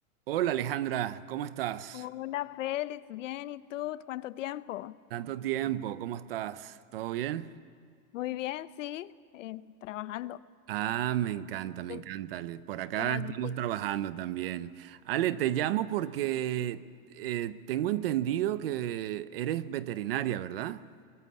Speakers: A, on the right; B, on the left.
A: Hola Alejandra, ¿cómo estás?
B: Hola Félix, bien, ¿y tú? ¿Cuánto tiempo?
A: Tanto tiempo, ¿cómo estás? ¿Todo bien?
B: Muy bien, sí, eh, trabajando.
A: Ah, me encanta, me
B: ¿Tú
A: encanta, Ale. Por acá
B: qué más
A: estamos
B: de ti?
A: trabajando también. Ale, te llamo porque eh, tengo entendido que eres veterinaria, ¿verdad?